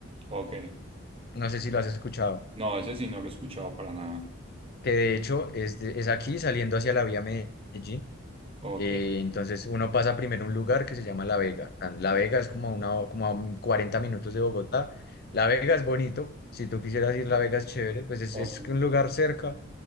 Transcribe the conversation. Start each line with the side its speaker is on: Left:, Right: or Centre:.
Right: ok.
Left: No sé si lo has escuchado,
Right: No, ese sí no lo he escuchado para nada.
Left: que de hecho es, de- es aquí saliendo hacia la vía Medellín.
Right: Ok,
Left: Eh, entonces uno pasa primero a un lugar que se llama La Vega. Tan- La Vega es como a, una, ho- como a un 40 minutos de Bogotá. La Vega es bonito. Si tú quisieras ir, La Vega es chévere. Pues es,
Right: ok,
Left: es un lugar cerca